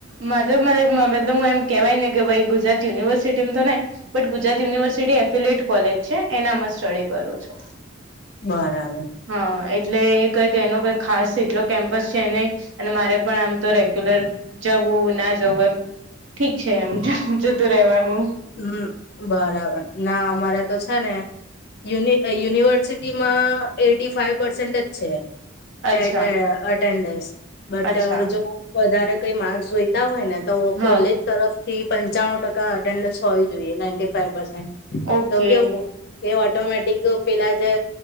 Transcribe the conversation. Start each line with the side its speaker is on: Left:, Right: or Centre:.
Right: મારે મતલબ હું એમ. કેવાય ને કે ભાઈ ગુજરાત યુનિવર્સિટી મ તો નઈ. But Gujarat university affiliated college છે એનામાં સ્ટડી કરું છું.
Left: બરાબર
Right: હા એટલે એ કઈક કે એનો કોઈ ખાસ એટલો કેમ્પસ છે નહી અને મારે પણ આમ તો રેગ્યુલર જવું, ના જવું એમ ઠીક છે એમ જતું રહેવાનું.
Left: હમ બરાબર ના અમારે તો છે ને, યુનિ યુનિવર્સિટીમાં એટી ફાઈવ પર્સેન્ટ જ છે.
Right: અચ્છા
Left: એડ અટેન્ડન્સ બટ
Right: અચ્છા
Left: જો વધારે કઈ માર્કસ જોઈ હોય ને તો
Right: હા
Left: કોલેજ તરફ થી પંચાણું ટકા એટેન્ડન્સ હોવી જોઈએ નાઇટી ફાઇવ પરસેન્ટ.
Right: ઓકે
Left: તો કેવું કે ઓટોમેટિક પેલા જે.